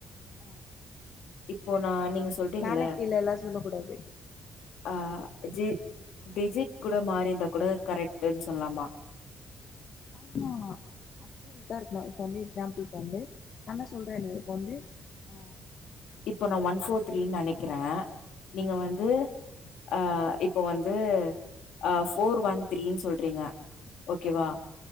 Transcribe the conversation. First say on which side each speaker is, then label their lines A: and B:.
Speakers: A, on the left; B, on the left.
A: ஆ
B: இப்போ நா நீங்க சொல்றீங்கல்ல
A: மேலக்கீழ எல்லா சொல்லக் கூடாது.
B: ஆ ஜி டிஜிட் கூட மாறிருந்தா கூட கரெக்ட்டுன்னு சொல்லுலாமா.
A: ஆமா அக்யூரட்டா இருக்கணு இப்ப வந்து எக்ஸாம்பிள்க்கு வந்து நா தா சொல்றனே இப்ப வந்து ஆ
B: இப்போ நா ஒன் ஃபோர் த்ரீனு நெனைக்கிறேன் நீங்க
A: ஆ
B: வந்து. ஆ இப்போ வந்து அ ஃபோர் ஒன் த்ரீனு சொல்றீங்க ஓகேவா